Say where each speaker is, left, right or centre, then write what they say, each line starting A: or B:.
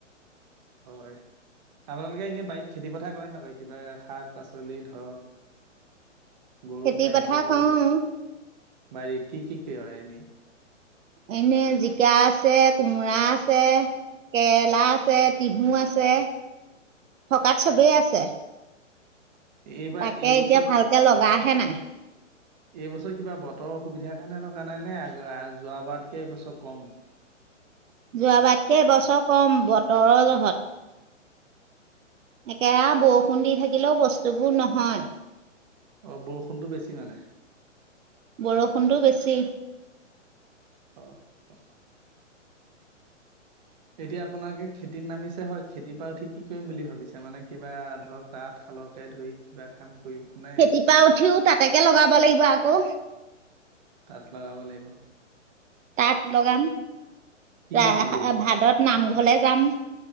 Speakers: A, on the right; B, on the right.
A: হয় আপোনালোকে এনে বাৰীত খেতি পথাৰ কৰে নকয় কিবা শাক পাচলি ধৰক গৰু
B: খেতি
A: খাদ্য
B: পথাৰ কৰোঁ
A: বাৰীত কি কি কি হয় এনেই
B: এনেই জিকা আছে কোমোৰা আছে কেৰেলা আছে টিহু আছে থকাত চবেই আছে
A: এইবাৰ
B: তাকে
A: এইবছৰ
B: এতিয়া ভালকে লগা হে নাই
A: এইবছৰ কিবা বতৰ অসুবিধা সেইকাৰণে থকা নাই নে যোৱ বাৰতকে এইবছৰ কম
B: যোৱাবাতকে এ বছৰ কম বতৰৰ জহত একেৰা বৰষুণ দি থাকিলেও বস্তুবোৰ নহয়।
A: অ বৰষুণতটো বেছি মানে
B: বৰষুণটো বেছি
A: অ অ এতিয়া আপোনাক এই খেতিত নামিছে হয় খেতিৰ পৰা উঠি কি কৰিম বুলি ভাবিছে মানে কিবা ধৰক তাঁতশালকে ধৰি কিবা কাম কৰিব নে
B: খেতিৰপা উঠিও তাতকে লগাব লাগিব আকৌ
A: তাত লগাব লাগিব
B: তাত লগাম
A: কি
B: তা
A: বাতি
B: হ
A: কৰিব
B: ভাদত নামঘৰলে যাম